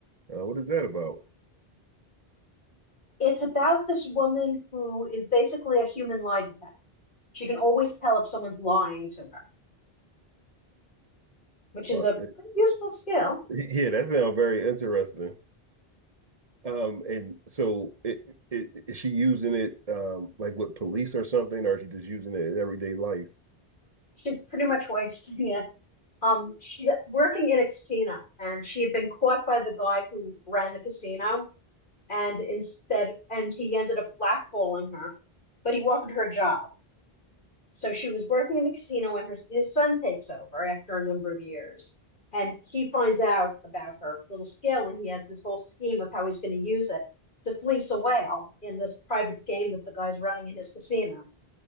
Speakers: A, on the right; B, on the left.
A: Uh, what is that about?
B: It's about this woman who is basically a human lie detector. She can always tell if someone's lying to her, which is
A: Uh,
B: a
A: it-
B: pretty useful skill.
A: <laughs> yeah, that sounds very interesting. Um, and so it, it, is she using it um like with police or something, or is she just using it in everyday life?
B: She's pretty much wasting it Um, she's working in a casino, and she had been caught by the guy who ran the casino, and instead, and he ended up blackballing her, but he offered her a job. So she was working in the casino, and her his son takes over after a number of years, and he finds out about her little skill, and he has this whole scheme of how he's going to use it to fleece a whale in this private game that the guy's running in his casino,